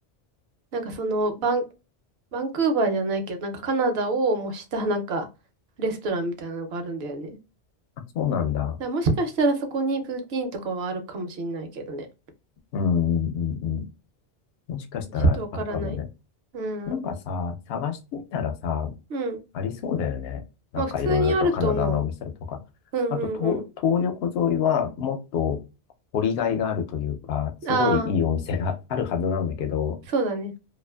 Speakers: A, on the right; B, on the left.
A: なんかその、バン、バンクーバーじゃないけど、なんかカナダを模したなんか、レストランみたいなのがあるんだよね。だか
B: あ、そうなんだ。
A: らもしかしたらそこにプーティーンとかはあるかもしんないけどね。
B: うん、うん、うん。うんもしかしたらあるかもね。
A: ちょっとわからない。うん。
B: なんかさ、探してみたらさ、
A: うん。
B: ありそうだよね。なんかいろいろとカナダのお店とか。
A: まあ普通にあると思う。うんうん
B: あと、東、東横沿いはもっと掘りがいがあるというか、すごいいいお店があるはずなんだけど、
A: ああ、そうだね。